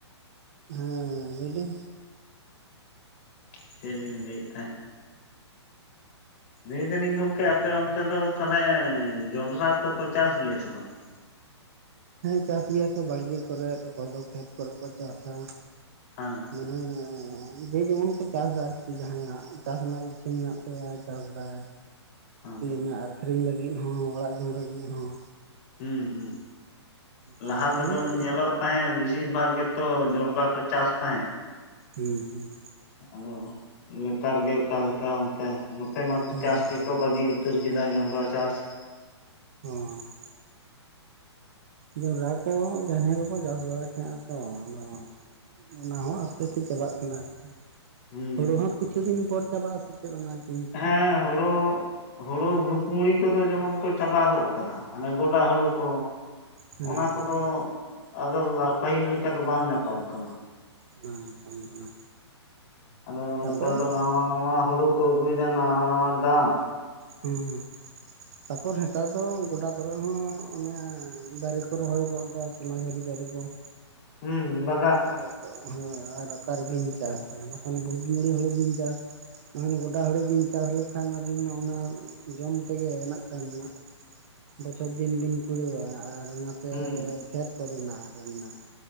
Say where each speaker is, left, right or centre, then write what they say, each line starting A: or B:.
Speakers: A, on the right; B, on the left.
A: ᱦᱮᱸ ᱞᱟᱹᱭᱵᱤᱱ?
B: ᱪᱮᱫ ᱞᱤᱧ ᱞᱟᱹᱭᱮᱫ ᱛᱟᱦᱮᱸᱫ ᱾ ᱞᱟᱹᱭ ᱫᱟᱞᱤᱧ ᱜᱚᱝᱠᱮ ᱟᱯᱮ ᱚᱱᱛᱮ ᱫᱚ ᱛᱟᱦᱚᱞᱮ, ᱡᱚᱱᱰᱨᱟ ᱠᱚᱠᱚ ᱪᱟᱥ ᱜᱮᱭᱟ ᱥᱮ ᱵᱟᱝ ᱾
A: ᱦᱮᱸ ᱪᱟᱥ ᱜᱮᱭᱟ ᱠᱚ ᱵᱟᱲᱜᱮ ᱠᱚᱨᱮᱫ, ᱚᱠᱚᱭ ᱫᱚ ᱠᱷᱮᱛ ᱠᱚᱨᱮ ᱠᱚ ᱪᱟᱥᱟ᱾
B: ᱦᱮᱸ
A: ᱢᱟᱱᱮ ᱡᱮ ᱡᱮᱢᱚᱱ ᱠᱚ ᱪᱟᱥᱟ ᱟᱨᱠᱤ ᱡᱟᱸᱦᱟᱭᱟᱜ, ᱪᱟᱥ ᱨᱮᱭᱟᱜ ᱤᱪᱪᱷᱟᱹ ᱢᱮᱱᱟᱜ ᱛᱟᱭᱟ ᱪᱟᱥ ᱫᱟᱭ ᱾
B: ᱦᱮᱸ
A: ᱠᱤ ᱚᱱᱟ ᱟᱹᱠᱷᱨᱤᱧ ᱞᱟᱹᱜᱤᱫ ᱦᱚᱸ, ᱚᱲᱟᱜ ᱡᱚᱢ ᱞᱟᱹᱜᱤᱫ ᱦᱚᱸ᱾
B: ᱦᱩᱸ ᱦᱩᱸ᱾ ᱞᱟᱦᱟ
A: ᱚᱱᱠᱟ ᱟᱞᱤᱝ
B: ᱛᱮᱫᱚ
A: ᱫᱚ
B: ᱧᱮᱞᱚᱜ ᱛᱟᱦᱮᱸᱫ ᱵᱮᱥᱤᱨ ᱵᱷᱟᱜᱽ ᱜᱮᱛᱚ, ᱡᱚᱱᱰᱨᱟ ᱠᱚ ᱪᱟᱥ ᱛᱟᱦᱮᱸᱫ᱾
A: ᱦᱩᱸ ᱦᱩᱸ᱾
B: ᱟᱫᱚ ᱱᱮᱛᱟᱨ ᱜᱮ ᱚᱠᱟᱞᱮᱠᱟ ᱚᱱᱛᱮ, ᱱᱚᱛᱮ ᱢᱟ
A: ᱦᱳᱭ
B: ᱪᱟᱥ ᱜᱮᱠᱚ ᱵᱟᱹᱜᱤ ᱾ ᱛᱟᱹᱨ ᱠᱮᱫᱟᱭ ᱡᱚᱸᱱᱰᱨᱟ ᱪᱟᱥ ᱾
A: ᱦᱚᱸ ᱾ ᱡᱚᱱᱰᱨᱟ ᱠᱚ ᱡᱟᱱᱦᱮ ᱠᱚᱠᱚ ᱪᱟᱥ ᱵᱟᱲᱟ ᱠᱮᱫᱟ ᱛᱚ᱾ ᱟᱫᱚ ᱚᱱᱟ ᱦᱚᱸ ᱟᱥᱛᱮ ᱟᱥᱛᱮ ᱪᱟᱵᱟᱜ ᱠᱟᱱᱟ ᱟᱨᱠᱤ ᱾
B: ᱦᱩᱸ
A: ᱦᱩᱲᱩ ᱦᱚᱸ ᱠᱤᱪᱷᱩ ᱫᱤᱱ ᱯᱚᱨ ᱪᱟᱵᱟᱜ-ᱟ ᱥᱮ ᱪᱮᱫ ᱚᱱᱟ ᱜᱮ?
B: ᱦᱮᱸ ᱦᱳᱲᱳ, ᱦᱳᱲᱳ ᱵᱷᱩᱛ ᱢᱩᱲᱤ ᱠᱚᱫᱚ ᱡᱮᱢᱚᱱ ᱠᱚ ᱪᱟᱵᱟ ᱜᱚᱫ ᱠᱟᱫᱟ᱾ ᱦᱟᱱᱮ ᱜᱚᱰᱟ ᱦᱩᱲᱩ ᱠᱚ,
A: ᱦᱮᱸ
B: ᱚᱱᱟ
A: ᱦᱮᱸ
B: ᱠᱚᱫᱚ ᱟᱫᱚ ᱯᱟᱹᱦᱤᱞ ᱞᱮᱠᱟ ᱫᱚ ᱵᱟᱝ ᱧᱟᱯᱟᱢ ᱠᱟᱱᱟ᱾
A: ᱵᱟᱝ ᱧᱟᱯᱟᱢ ᱠᱟᱱᱟ
B: ᱟᱫᱚ
A: ᱛᱟᱯᱚᱨ
B: ᱱᱮᱛᱟᱨ ᱫᱚ
A: ᱦᱮᱸ
B: ᱱᱟᱣᱟ ᱱᱟᱣᱟ ᱦᱩᱲᱩ ᱾ ᱯᱩᱭᱫᱚ ᱱᱟᱣᱟ ᱱᱟᱣᱟ ᱫᱟᱢ ᱾
A: ᱦᱩᱸ ᱦᱩᱸ᱾ ᱛᱟᱨᱯᱚᱨ ᱱᱮᱛᱟᱨ ᱫᱚ ᱜᱚᱰᱟ ᱠᱚᱨᱮᱜ ᱦᱚᱸ, ᱚᱱᱮ ᱫᱟᱨᱮ ᱠᱚ ᱨᱚᱦᱚᱭ ᱜᱚᱫ ᱮᱫᱟ᱾ <unintelligible> ᱫᱟᱨᱮ ᱠᱚ ᱾
B: ᱦᱩᱸ ᱵᱟᱝ
A: ᱟᱨ ᱦᱚ ᱟᱨ ᱚᱠᱟᱨᱵᱤᱱ ᱪᱟᱥᱟ᱾ ᱵᱟᱠᱷᱟᱱ ᱵᱷᱳᱛ ᱢᱩᱲᱤ ᱦᱩᱲᱩ ᱵᱤᱱ ᱪᱟᱥ ᱵᱟᱠᱷᱟᱱ ᱜᱳᱰᱟ ᱦᱩᱲᱩ ᱵᱤᱱ ᱪᱟᱥ ᱞᱮᱠᱷᱟᱱ, ᱟᱹᱵᱤᱱ ᱚᱱᱟ ᱡᱚᱢ ᱛᱮᱜᱮ ᱦᱮᱱᱟᱜ ᱠᱷᱟᱱ ᱱᱟᱜ ᱵᱚᱪᱷᱚᱨ ᱫᱤᱱ ᱵᱤᱱ ᱠᱩᱲᱟᱹᱣᱟ᱾ ᱟᱨ ᱱᱟᱛᱮ
B: ᱦᱩᱸ
A: ᱠᱷᱮᱛ ᱠᱚᱨᱮᱱᱟᱜ ᱟᱨᱚ ᱢᱮᱱᱟᱜ-ᱟ᱾